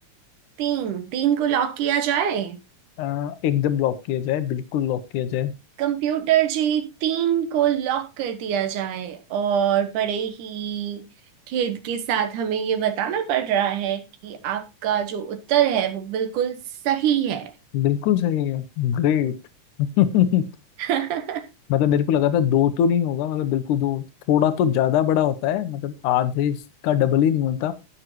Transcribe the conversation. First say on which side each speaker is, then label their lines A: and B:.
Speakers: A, on the right; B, on the left.
A: तीन तीन को लॉक किया जाए
B: आ, एकदम लॉक किया जाए बिल्कुल लॉक किया जाए
A: कंप्यूटर जी तीन को लॉक कर दिया जाए और बड़े ही खेद के साथ हमें ये बताना पड़ रहा है कि आपका जो उत्तर है वो बिल्कुल सही है
B: बिल्कुल सही है ग्रेट <laughs>
A: <laughs>
B: मतलब मेरे को लगा था दो तो नहीं होगा मतलब बिल्कुल दो थोड़ा तो ज्यादा बड़ा होता है मतलब आधे का डबल ही नहीं होता